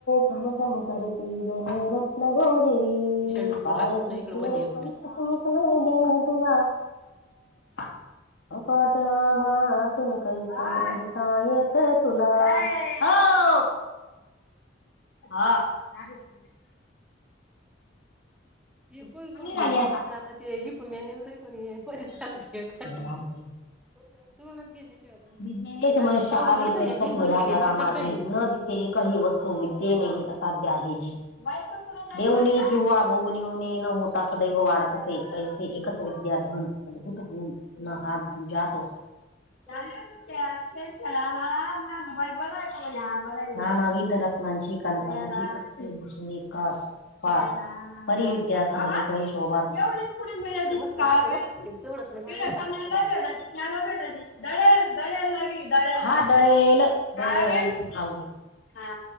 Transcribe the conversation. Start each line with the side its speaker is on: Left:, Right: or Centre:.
Left: चम चम करती जणू रत्न गौ मरी
Centre: ईशान डोकून
Left: पाय
Centre: राहता पुन्हा
Left: चमकले
Centre: इकडे मध्ये एक
Left: पंख
Centre: वेळ
Left: चम <unintelligible> अफाट आभाळातून करीतो काय येतय तुला हऊ हा. <unintelligible>
Centre: <unintelligible>
Left: झाली आता लई आली, लई.
Centre: <unintelligible>
Left: विद्येनेच
Centre: मग आता
Left: मनुष्य
Centre: मी मागून
Left: आले
Centre: थोडी सांगायचं
Left: श्रेष्ठत्व
Centre: इथून
Left: ह्या
Centre: इकडे गेली
Left: जगा
Centre: ते
Left: माझी
Centre: चट काढी मी उद्या
Left: न दिसें काही वस्तू विद्येने असाध्य आहे जी देऊनी किंवा होऊनी उणी न होत. सदैव वाढतसे ऐसे एकच विद्या धन अद्भुत गुण न हात दुजात होसे. <unintelligible>
Centre: इकडे
Left: <unintelligible> <unintelligible> <unintelligible>
Centre: मस्त वाटे हो ते तेवढंच नाही आणलं सकाळचं
Left: <unintelligible> हा